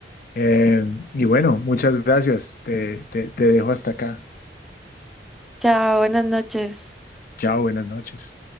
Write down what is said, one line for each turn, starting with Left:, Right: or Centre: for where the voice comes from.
Left: Eh, y bueno, muchas gracias, te, te te dejo hasta acá.
Centre: Chao, buenas noches.
Left: Chao, buenas noches.